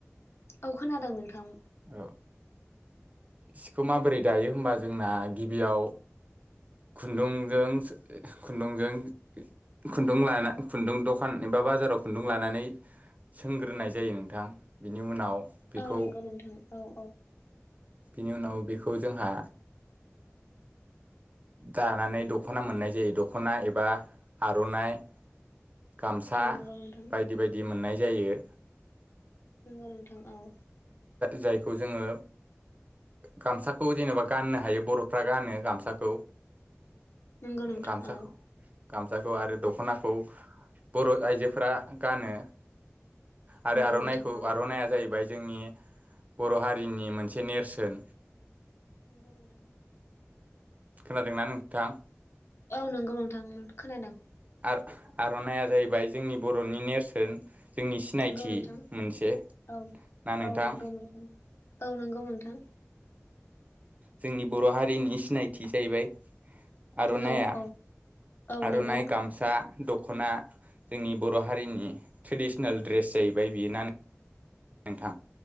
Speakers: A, on the left; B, on the right.
A: औ खोनादों नोंथां।
B: औ सिखौ माबोरै दायो होनबा जोंना गिबियाव खुन्दुंजों खुन्दुंजों खुन्दुं लाना खुन्दुं दखान जबा बाजाराव खुन्दुं लानानै सोंग्रोनाय जायो नोंथां बिनि उनाव बेखौ
A: औ नंगौ नोंथां औ औ
B: बिनि उनाव बेखौ जोंहा दानानै दख'ना मोननाय जायो दख'ना एबा आर'नाइ
A: <inaudible>
B: गामसा
A: नंगौ नोंथां
B: बायदि बायदि मोननाय जायो।
A: नंगौ नोंथां औ।
B: जायखौ जोङो गामसाखौ जेनेबा गाननो हायो बर'फ्रा गानो गामसाखौ
A: नंगौ नोंथां
B: गामसाखौ।
A: औ
B: गामसाखौ आरो दखनाखौ बर' आइजोफोरा गानो। आरो
A: नंगौ
B: आर'नाइखौ
A: नोंथां औ
B: आर'नाइआ जाहैबाय जोंनि बर' हारिनि मोनसे नेरसोन।
A: नंगौ नोंथां।
B: खोनादोंना नोंथां?
A: औ नंगौ नोंथां खोनादों।
B: आर आर'नाइया जाहैबाय जोंनि बर'नि नेरसोन जोंनि सिनायथि
A: नंगौ नोंथां
B: मोनसे
A: औ
B: ना नोंथां।
A: औ नंगौ औ नंगौ नोंथां।
B: जोंनि बर' हारिनि सिनायथि जाहैबाय आरनाया
A: नंगौ औ औ
B: आरनाय
A: नंगौ
B: गामसा दख'ना जोंनि बर' हारिनि ट्रेडिसनेल दड्रेस जाहैबाय बियो ना नोंथां